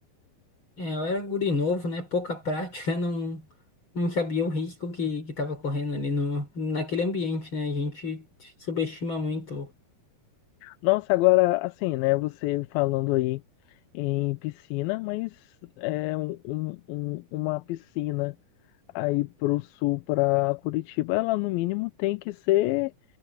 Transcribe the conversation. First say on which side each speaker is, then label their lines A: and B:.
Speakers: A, on the left; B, on the left.
A: É, eu era guri novo, né? Pouca prática, <laughs> não, não sabia o risco que, que tava correndo ali no, naquele ambiente, né? A gente subestima muito.
B: Nossa, agora, assim, né, você falando aí em piscina, mas é um, um- um- uma piscina aí pro sul, para Curitiba, ela no mínimo tem que ser